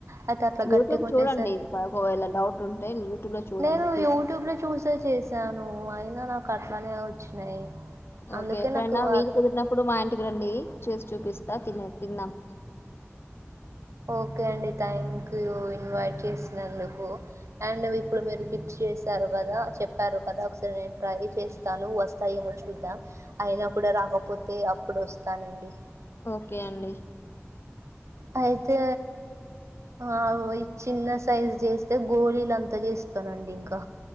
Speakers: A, on the right; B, on the left.
A: అయితే అట్లా
B: యూట్యూబ్
A: గట్టిగా ఉండే
B: చూడండి
A: సర్
B: ప- ఒకవేళ డౌట్ ఉంటే యూట్యూబ్ లో చూడండి
A: నేను
B: చూసి
A: యూట్యూబ్ లో చూసే చేశాను. అయినా నాకు అట్లానే వచ్చినాయి. అందుకే
B: ఓకే ఎప్పుడైనా
A: నాకు
B: వీలు
A: అర్థం
B: కుదిరినప్పుడు మా ఇంటికి రండి చేసి చూపిస్తా తినే తిందాం.
A: ఓకే అండి థ్యాంక్ యూ ఇన్వైట్ చేసినందుకు అండ్ ఇప్పుడు మీరు టిప్స్ చేసిన త్తరు కదా చెప్పారు కదా ఒకసారి నేను ట్రై చేస్తాను వస్తాయేమో చూద్దాం, అయినా కూడా రాకపోతే అప్పుడు వస్తానండి.
B: ఓకే అండి.
A: అయితే ఆ వొయ్ చిన్న సైజు చేస్తే గోళీలంతా చేస్తానండి ఇం క